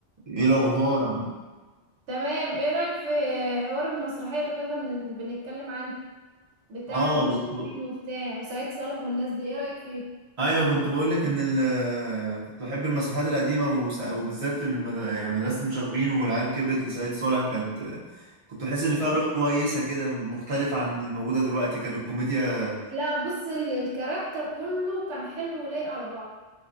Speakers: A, on the right (about 35°); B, on the right (about 75°).
A: ايه الاخبار عم
B: تمام ايه رأيك في حوار المسرحية اللي كنا بن- بنتكلم عنه بتاعة
A: اه
B: المشرفين
A: كنت
B: وبتاع وسعيد صالح والناس دي ايه رأيك فيه
A: ايوه كنت بقول لك ان ال... كنت بحب المسرحيات القديمه وس... وبالذات المد... يعني مدرسه المشاغبين والعيال كبرت لسعيد صالح كانت كنت بحس ان فيها روح كويسه كده مختلفه عن الموجوده دلوقتي كان الكوميديا
B: لا بص ال- الكاركتر كله كان حلو ولايق على بعض